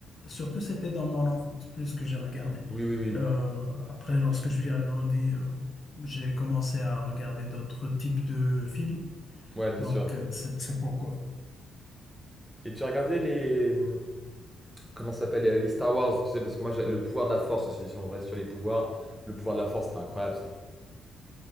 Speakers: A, on the left (about 45°); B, in the centre.
A: surtout c'était dans mon enfance plus que j'ai regardé.
B: Oui, oui, oui.
A: Euh, après, lorsque je suis agrandi, euh, j'ai commencé à regarder d'autres types de films.
B: Ouais, bien
A: Donc,
B: sûr.
A: euh, c'est c'est pourquoi.
B: Et tu as regardé les, hum, Comment ça s'appelle Les Star Wars, tu sais, parce que moi, j'ai- le pouvoir de la force aussi, si on reste sur les pouvoirs. Le pouvoir de la force, c'était incroyable ça.